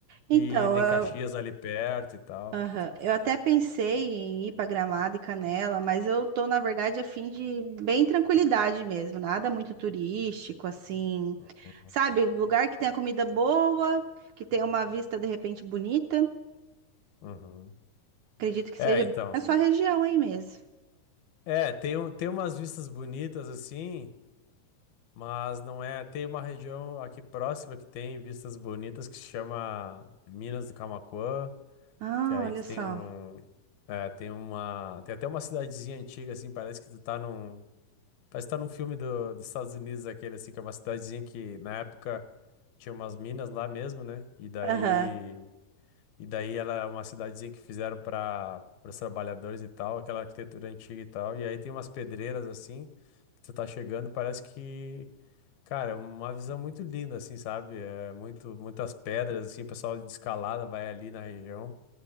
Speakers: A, on the right; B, on the left.
A: então,
B: E tem Caxias ali perto e tal.
A: Aham. Eu até pensei em ir para Gramado e Canela, mas eu tô, na verdade, a fim de bem tranquilidade mesmo, nada muito turístico, assim.
B: Uhum.
A: Sabe, um lugar que tenha comida boa, que tenha uma vista de repente bonita.
B: Uhum.
A: Acredito que
B: É,
A: seja
B: então.
A: na sua região aí mesmo.
B: É, tem, um- tem umas vistas bonitas assim, mas não é. Tem uma região aqui próxima que tem vistas bonitas que se chama Minas do Camaquã,
A: Ah,
B: que aí
A: olha
B: tu tem
A: só.
B: um. É, tem uma. Tem até uma cidadezinha antiga, assim, parece que tu tá num. Parece que tá num filme do, dos Estados Unidos, aquele assim, que é uma cidadezinha que na época tinha umas minas lá mesmo, né? E daí,
A: Aham.
B: e daí ela é uma cidadezinha que fizeram para os trabalhadores e tal, aquela arquitetura antiga e tal. E aí tem umas pedreiras assim, que tu tá chegando, parece que, cara, é uma visão muito linda, assim, sabe? É muito, muitas pedras, assim, o pessoal de escalada vai ali na região.